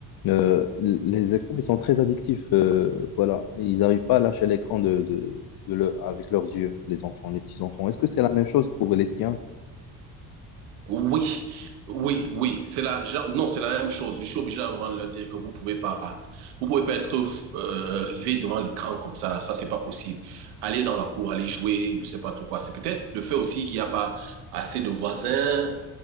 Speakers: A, on the left; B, on the right.
A: euh, les écrans, ils sont très addictifs. euh, voilà, ils n'arrivent pas à lâcher l'écran de, de, de le- avec leurs yeux, les enfants, les petits enfants. Est-ce que c'est la même chose pour les tiens?
B: Oui, oui, oui, c'est la, genre- non, c'est la même chose. Je suis obligé à un moment de leur dire que vous pouvez pas, vous pouvez pas être euh, rivé devant l'écran comme ça là, ça c'est pas possible. Aller dans la cour, aller jouer, je sais pas trop quoi. C'est peut-être le fait aussi qu'il n'y a pas assez de voisins.